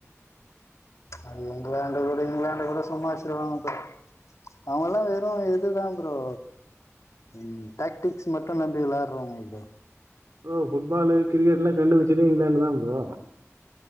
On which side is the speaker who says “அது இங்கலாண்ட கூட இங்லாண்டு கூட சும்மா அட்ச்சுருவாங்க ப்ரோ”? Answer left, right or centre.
Left